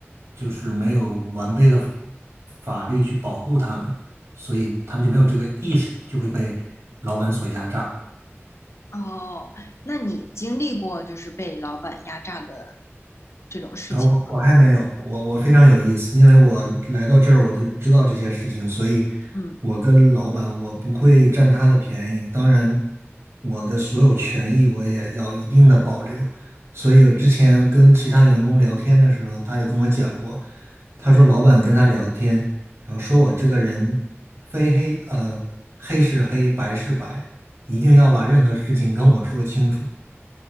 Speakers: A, on the right; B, on the left.
A: 就是没有完备的法律去保护他们，所以他们就没有这个意识，就会被老板所压榨。
B: 哦，那你经历过就是被老板压榨的这种事情？
A: 啊，我我还没有，我我非常有意思，因为我来到这儿我就知道这些事情，所以
B: 嗯，
A: 我跟老板我不会占他的便宜，当然我的所有权益我也要一定的保留。所以我之前跟其他员工聊天的时候，他也跟我讲过，他说老板跟他聊天，然后说我这个人非黑呃黑是黑白是白，一定要把任何事情跟我说清楚。